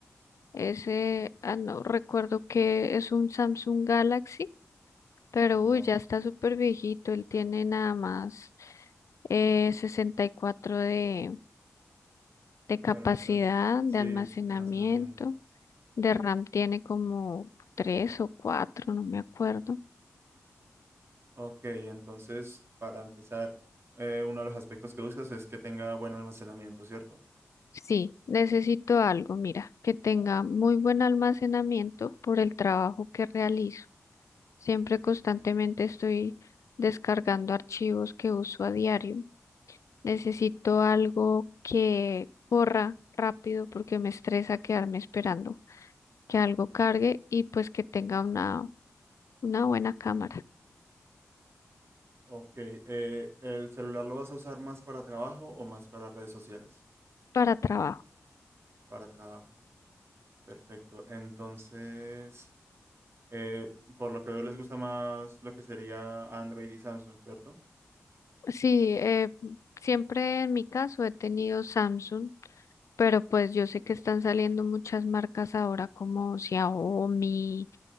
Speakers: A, on the left; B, on the right.
A: Ese, ah, no, recuerdo que es un Samsung Galaxy, pero
B: Ajá,
A: uy, ya está súper viejito. Él tiene nada más eh, 64 de, de
B: de
A: capacidad
B: almacenamiento.
A: de
B: Sí,
A: almacenamiento.
B: de almacenamiento. Ok.
A: De RAM tiene como tres o cuatro no me acuerdo.
B: Ok, entonces, para empezar, eh, uno de los aspectos que buscas es que tenga buen almacenamiento, ¿cierto?
A: Sí, necesito algo, mira, que tenga muy buen almacenamiento por el trabajo que realizo. Siempre constantemente
B: Ok,
A: estoy descargando archivos que uso a diario. Necesito algo que corra rápido porque me estresa quedarme esperando que algo
B: ok.
A: cargue y pues que tenga una, una buena cámara
B: Ok, eh, ¿el celular lo vas a usar más para trabajo o más para redes sociales?
A: para trabajo.
B: Para trabajo. Perfecto. Entonces, eh, por lo que veo, les gusta más lo que sería Android y Samsung, ¿cierto?
A: Sí, eh, siempre en mi caso he tenido Samsung, pero pues yo sé que están saliendo muchas marcas ahora como Xiaomi,